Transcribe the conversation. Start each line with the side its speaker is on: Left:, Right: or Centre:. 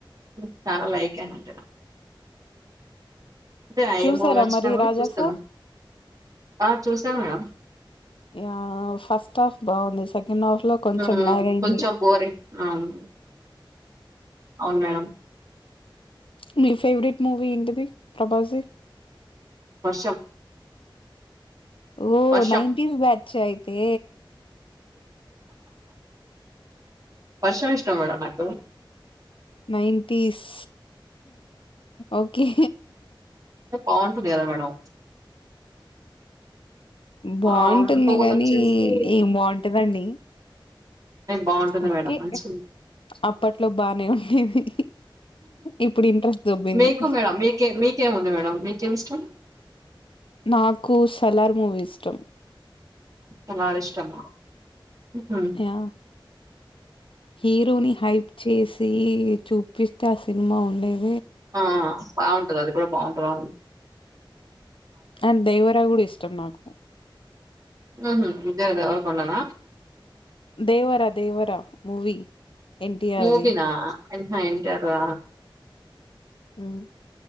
Right: మ్ చాలా లైక్ అంటున్నవ్ అంటే
Left: చూసారా
Right: ఏ మూవీ వచ్చినా
Left: మరి
Right: కూడా
Left: రాజా
Right: చూస్తాను
Left: సాబ్.
Right: ఆ చూసాను మేడం
Left: యా ఫస్ట్ హఫ్ బాగుంది. సెక సకండ్ హఫ్లో కొంచెం
Right: హ్మ్.
Left: ల్యాగయింది.
Right: కొంచెం బోరింగ్ అవును అవును మేడం.
Left: మీ ఫేవరెట్ మూవీ ఏంటిది ప్రభాస్ది.
Right: వర్షం.
Left: ఓ
Right: వర్షం
Left: నైన్టీన్ బ్యాచ్చా అయితే
Right: వర్షం ఇష్టం మేడం నాకు
Left: నైన్ంటీస్ ఓకే.
Right: బాగుంటుంది కదా మేడం
Left: బాగుంటుంది
Right: ఆ ఇంకొకటి
Left: కానీ
Right: వచ్చేసి
Left: ఏం బాగుంటదండి.
Right: బాగుంటుంది
Left: ఓకే.
Right: మేడం మంచి
Left: అప్పట్లో బానే ఉండేది. ఇప్పుడింట్రెస్ట్ దొబ్బింది.
Right: మీకు మేడం మీకే మీకేముంది మేడం మీకేమి ఇష్టం
Left: నాకు సలార్ మూవీ ఇష్టం.
Right: సలారిష్టమా మ్ హు
Left: యాహ్! హీరోని హైప్ చేసి చూపిస్తే ఆ సినిమా ఉండేది.
Right: ఆ బాగుంటది అది కూడా బాగుంటదాండి.
Left: అండ్ దేవరా కూడా ఇష్టం నాకు
Right: మ్ హు విజయ్ దేవరకొండన
Left: దేవర దేవర మూవీ ఎన్టీఆర్‌ది.
Right: మూవిన అహా ఎన్ టీ ఆర్దా
Left: మ్